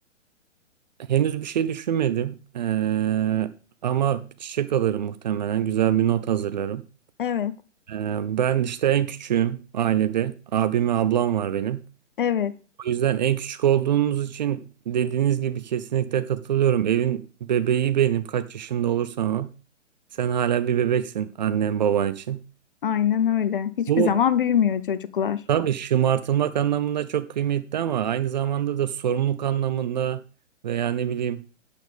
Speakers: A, on the right (about 35°); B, on the left (about 45°).
A: Henüz bir şey düşünmedim. Ee, ama bir çiçek alırım muhtemelen. Güzel bir not hazırlarım.
B: Evet,
A: Ee, ben işte en küçüğüm ailede. Abim ve ablam var benim.
B: evet,
A: O yüzden en küçük olduğumuz için dediğiniz gibi kesinlikle katılıyorum. Evin bebeği benim. Kaç yaşında olursan ol. Sen hala bir bebeksin annen baban için.
B: aynen öyle. Hiçbir
A: Bu
B: zaman büyümüyor çocuklar.
A: tabii şımartılmak anlamında çok kıymetli ama aynı zamanda da sorumluluk anlamında veya ne bileyim